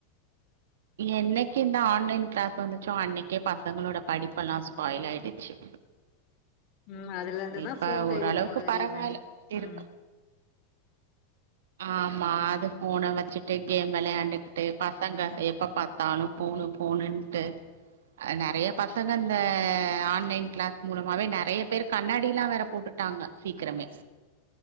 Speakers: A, on the right; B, on the left.
A: என்னைக்கு இந்த ஆன்லைன் கிளாஸ் வந்துச்சோ அன்னைக்கே பசங்களோட படிப்பு எல்லா ஸ்பாயில் ஆயிடுச்சு
B: உ அதுல இருந்துதா
A: இப்ப
B: போன் கையில
A: ஓரளவுக்கு
B: போன
A: பரவாயில்ல
B: ரீசனே
A: திரும்ப
B: உ
A: ஆமா அது போன வச்சுட்டு கேம் விளையாண்கிட்டு பசங்க எப்ப பாத்தாலு போணு போணுன்ட்டு நெறைய பசங்க இந்த ஆன்லைன் கிளாஸ் மூலமாவே நெறைய பேரு கண்ணாடில்லா வேற போட்டுட்டாங்க சீக்கிரமே